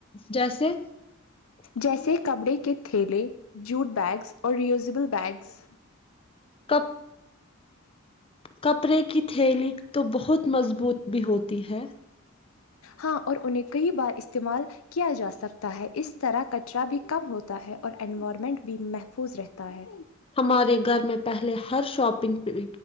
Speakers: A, on the left; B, on the left.
A: جیسے <unintelligible>
B: جیسے کپڑے کے تھیلے جوٹ بیگس اور ریوزبل بیگس
A: ک کپڑے کی تھیلی تو بہت مضبوط بھی ہوتی ہے
B: ہاں اور انہیں کئی بار استعمال کیا جا سکتا ہے اس طرح کچرا بھی کم ہوتا ہے اور انوائرمنٹ بھی محفوظ رہتا ہے
A: ہمارے گھر میں پہلے ہر شاپنگ